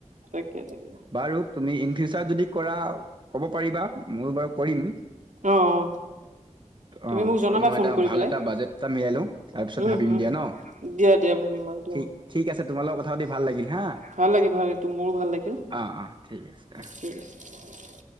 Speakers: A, on the right; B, on the right.
A: তাকে, তাকে
B: বাৰু তুমি ইন ফিউচাৰ যদি কৰা কব পাৰিবা মই বাৰু কৰিম
A: অ', অ'।
B: অ'
A: তুমি মোক জনাবা
B: মই
A: ফোন
B: এটা
A: কৰি
B: ভাল
A: পেলাই
B: এটা বাজেট এটা মিলাই লো তাৰ পিছত
A: উম
B: ভাবি ম
A: উম
B: দিয়া নিক
A: দিয়া দিয়া ভাবিম বাৰু দিয়া
B: ঠিক আছে তোমাল লগত কথা পাতি ভাল লাগিল হা
A: ভাল লাগে ভাল লে মোৰো ভাল লাগিল
B: অ' অ' ঠিক আছে অ'
A: ঠিক আছে